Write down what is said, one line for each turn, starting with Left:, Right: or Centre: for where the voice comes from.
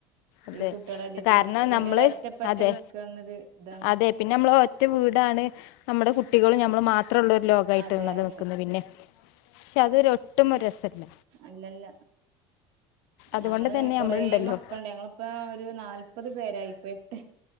Left: അതെ
Right: ഈ കുട്ടികള്ണ്ടെ
Left: കാരണം
Right: പിന്നെ പിന്നൊരൊറ്റപ്പെട്ട്
Left: നമ്മള് അതെ
Right: നിക്കാന്നൊരിതാണ്
Left: അതെ പിന്നെ നമ്മൾ ഒറ്റ വീടാണ് നമ്മുടെ കുട്ടികളും നമ്മളും മാത്രുള്ളൊരു ലോകായിട്ടുള്ളത്
Right: അതെ അതെ
Left: നിക്കുന്നു പിന്നെ പക്ഷെ അതൊരൊട്ടും രസല്ല
Right: അല്ലല്ല
Left: അതുകൊണ്ട്
Right: ഞങ്ങള്
Left: തന്നെ
Right: കൊറേ
Left: നമ്മളുണ്ടല്ലോ
Right: മക്കളുണ്ട് ഞങ്ങളിപ്പ ഒരു നാല്പത് പേരായി ഇപ്പെട്ട്